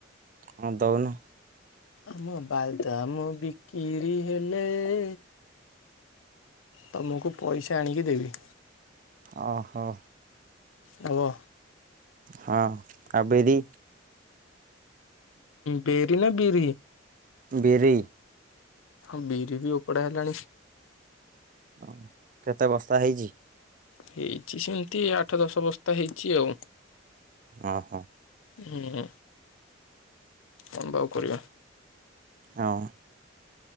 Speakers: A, on the right; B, on the left.
A: ହଁ ଦଉନୁ?
B: ଆମ ବାଲଦାମ ବିକିରି ହେଲେଏ ତମକୁ ପଇସା ଆଣିକି ଦେବି।
A: ଓହୋ।
B: ହବ।
A: ହଁ ଆଉ ବିରି
B: ବେରି ନା ବିରି?
A: ବରିି।
B: ହଁ ବିରି ବି ଉପଡା ହେଲାଣି।
A: ହଁ କେତେ ବସ୍ତା ହେଇଛି?
B: ହେଇଚି ସେମିତି ଆଠ ଦଶ ବସ୍ତା ହେଇଚି ଆଉ।
A: ଓହ।
B: ହଁ ହଁ କଣଭାଉ କରିବା।
A: ହଁ।